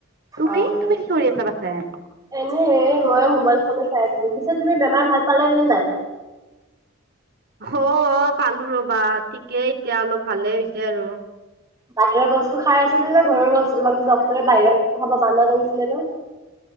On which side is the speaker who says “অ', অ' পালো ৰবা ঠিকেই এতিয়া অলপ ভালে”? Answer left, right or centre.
Right